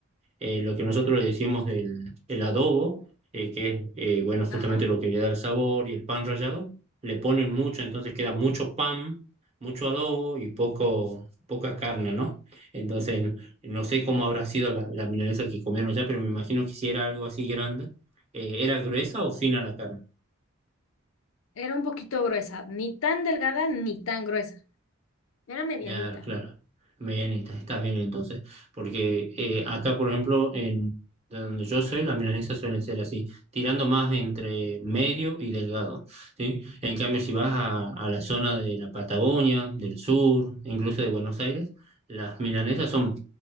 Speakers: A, on the right (about 30°); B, on the left (about 75°).
A: eh, lo que nosotros le decimos el, el adobo eh, que es, eh, bueno, justamente
B: Ajá.
A: lo que le da el sabor y el pan rallado, le ponen mucho, entonces queda mucho pan, mucho adobo y poco, poca carne, ¿no? Entonces, no sé cómo habrá sido la, la milanesa que comieron allá, pero me imagino que si era algo así grande, eh, ¿era gruesa o fina la carne?
B: Era un poquito gruesa, ni tan delgada ni tan gruesa, era medianita.
A: Claro, claro. Bien, estás, estás bien entonces. Porque eh, acá, por ejemplo, en de donde yo soy, las milanesas suelen ser así, tirando más entre medio y delgado, ¿sí? En cambio, si vas a, a la zona de la Patagonia, del sur, incluso de Buenos Aires, las milanesas son